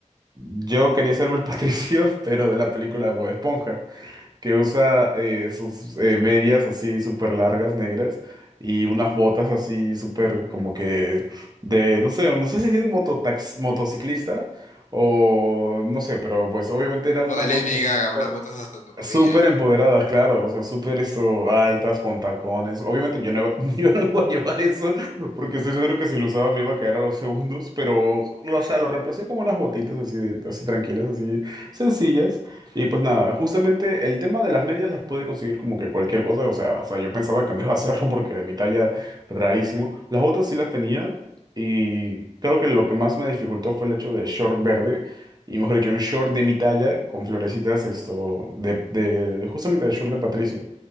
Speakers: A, on the right; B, on the left.
A: Yo quería hacerme el Patricio, <laughs> pero de la película de Bob Esponja, que usa eh, sus eh, medias así súper largas, negras, y unas botas así súper como que de, no sé, no sé si es mototax, motociclista o no sé, pero pues obviamente eran
B: como
A: unas
B: de
A: botas
B: Lady
A: así
B: Gaga,
A: súper...
B: unas botas hasta tu rodilla.
A: Súper empoderadas, claro, o sea, súper esto, altas, con tacones. Obviamente yo no, iba- <laughs> yo no voy a llevar eso porque estoy seguro que si lo usaba me iba a caer a los segundos, pero, o sea, lo reemplacé con unas botitas así, de- así tranquilas, así sencillas. Y pues nada, justamente el tema de las medias las pude conseguir como que cualquier cosa, o sea, o sea, yo pensaba que no iba a hacerlo porque de mi talla, rarísimo. Las botas sí las tenía y creo que lo que más me dificultó fue el hecho de short verde y mejor dicho, un short de mi talla con florecitas, esto, de, de justamente el short de Patricio.